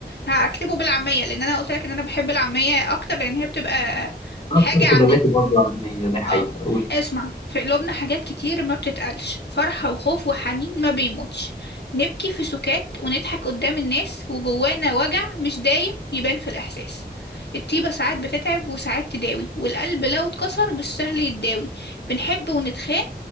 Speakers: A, on the left (about 85°); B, on the left (about 35°).
A: هكتبه بالعامية لأن أنا قلت لك إن أنا بحب العامية أكتر لأن هي بتبقى
B: اكتر
A: حاجة
B: كتاباتي
A: عن ال-
B: برضه علميه دي حقيقه
A: اه
B: قولي
A: اسمع في قلوبنا حاجات كتير ما بتتقالش فرحة وخوف وحنين ما بيموتش نبكي في سكات ونضحك قدام الناس وجوانا وجع مش دايم يبان في الإحساس الطيبة ساعات بتتعب وساعات تداوي والقلب لو اتكسر مش سهل يتداوي بنحب ونتخان